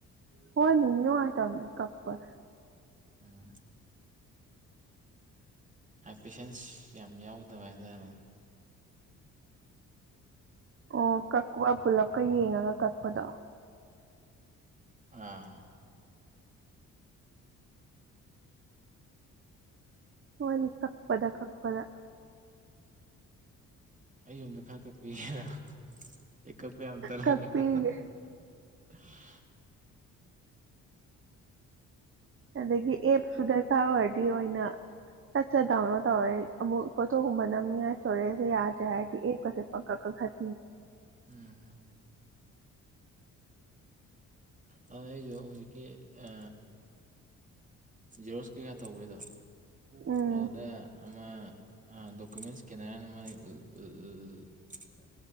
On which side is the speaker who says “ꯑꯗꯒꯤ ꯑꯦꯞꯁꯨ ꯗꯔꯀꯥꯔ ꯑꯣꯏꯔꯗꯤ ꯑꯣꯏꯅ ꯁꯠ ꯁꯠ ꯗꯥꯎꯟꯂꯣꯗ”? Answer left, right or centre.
Right